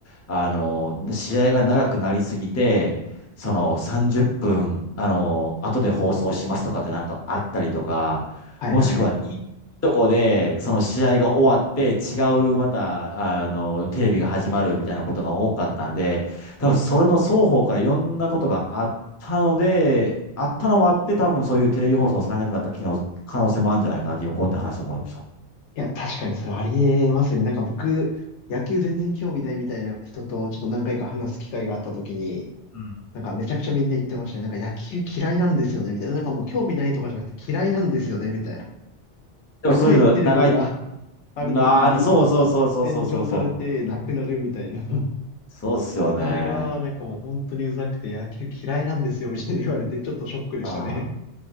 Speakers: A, on the left; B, on the left.
A: あの、試合が長くなりすぎて、その、30分、あの、後で放送しますとかってなんかあったりとか、
B: はいはいはい
A: もしくは、いいとこで、その試合が終わって、違う、また、あの、テレビが始まるみたいなことが多かったんで、多分それの双方からいろんなことがあったので、あったのもあって、多分そういうテレビ放送されなくなった機能、可能性もあるんじゃないかなって、今こうやって話を思いました。
B: いや、確かにそれありえますね。なんか僕、野球全然興味ないみたいな人とちょっと何回か話す機会があった時に、
A: うん。
B: なんかめちゃくちゃみんな言ってましたね。なんか野球嫌いなんですよね、みたいな。なんかもう興味ないとかじゃなくて嫌いなんですよね、みたいな。<laughs>
A: でもそういうの、
B: 見たいテレビが
A: 長い、う
B: ある時に
A: んなあ、そうそうそうそうそうそうそう。
B: 延長されてなくなるみたいな。<laughs>
A: そうっすよね。
B: それがなんかもう本当にうざくて野球嫌いなんですよ、みたいな言われてちょっとショックでしたね。
A: ああ、